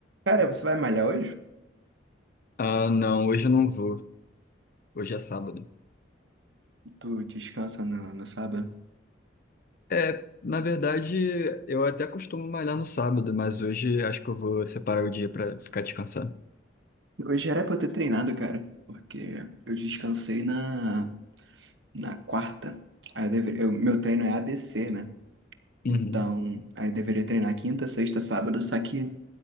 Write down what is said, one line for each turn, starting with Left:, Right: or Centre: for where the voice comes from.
Right: Cara, você vai malhar hoje?
Left: Ah, não, hoje eu não vou. Hoje é sábado.
Right: Tu descansa no, no sábado?
Left: É, na verdade, eu até costumo malhar no sábado, mas hoje acho que eu vou separar o dia pra ficar descansando.
Right: Hoje era pra eu ter treinado, cara, porque eu descansei na, na quarta. Aí eu deveria, eu- meu treino é ABC, né?
Left: Uhum,
Right: Então, aí eu deveria treinar quinta, sexta, sábado, só que